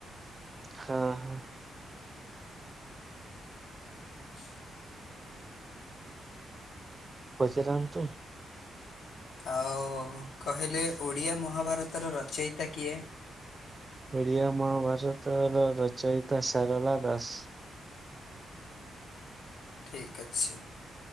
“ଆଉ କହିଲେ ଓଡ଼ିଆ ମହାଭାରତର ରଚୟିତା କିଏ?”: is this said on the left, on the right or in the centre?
Left